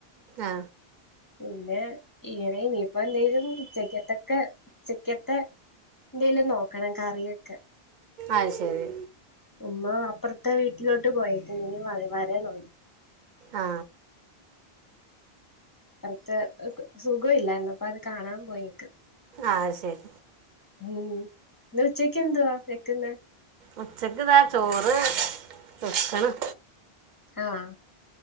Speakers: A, on the right; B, on the left.
A: ആ
B: പിന്നെ ഇങ്ങനെ ഇനിപ്പ എന്തെലും ഉച്ചക്കത്തക്കെ ഉച്ചക്കത്തെ. എന്തേലും നോക്കണം കറിയൊക്കെ.
A: അയ് ശെരി.
B: ഉമ്മ അപ്പറ്ത്തെ വീട്ടിലോട്ട് പോയേക്കുന്നു ഇനി വ വരണോ.
A: ആ
B: പൊറത്ത് സുഖ്വ ഇല്ലായിര്ന്നു. അപ്പ അത് കാണാൻ പോയിക്ക്
A: ആഹ് ശെരി
B: ഉം ഇന്ന് ഉച്ചയ്ക്ക് എന്തുവാ വെക്കുന്നെ
A: ഉച്ചക്ക്താ ചോറ് വെക്കണം
B: ആഹ്